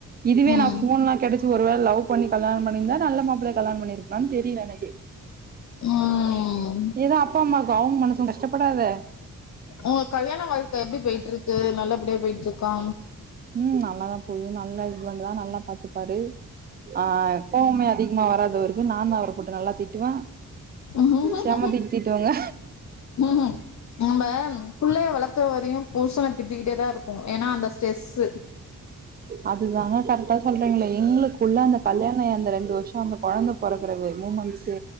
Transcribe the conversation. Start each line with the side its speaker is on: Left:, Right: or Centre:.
Right: இதுவே
Left: ம்
Right: நா ஃபோன்லாம் கிடைச்ச ஒரு வேள லவ் பண்ணி கல்யாணம் பண்ணிருந்தா நல்ல மாப்பிள்ளைய கல்யாணம் பண்ணிருக்கலான்னு தெரியல எனக்கு
Left: ம்
Right: ஏதோ அப்பா அம்மாக்கு அவுங்க மனசும் கஷ்டப்படாதே
Left: உ கல்யாண வாழ்க்க எப்டி போயிட்ருக்கு நல்லபடியா போயிட்ருக்கா
Right: ம் நல்லாதா போது நல்ல ஹஸ்பண்ட் தா நல்லா பாத்துப்பாரு ஆ கோவமே அதிகமா வராது அவருக்கு நா தா அவர போட்டு நல்லா திட்டுவே
Left: ம்
Right: செம திட் திட்டுவங்க
Left: உம் நம்ம புள்ளைய வளக்கற வரையு புருஷன தித்திக்கிட்டே தா இருப்போ ஏனா அந்த ஸ்ட்ரெஸ்ஸு
Right: அதுதாங்க கரட்டா சொல்றீங்ளே எங்ளுக்குள்ள அந்த கல்யாணாயி அந்த ரெண்டு வருஷோ அந்த கொழந்த பொறக்கறது மூமெண்ட்ஸு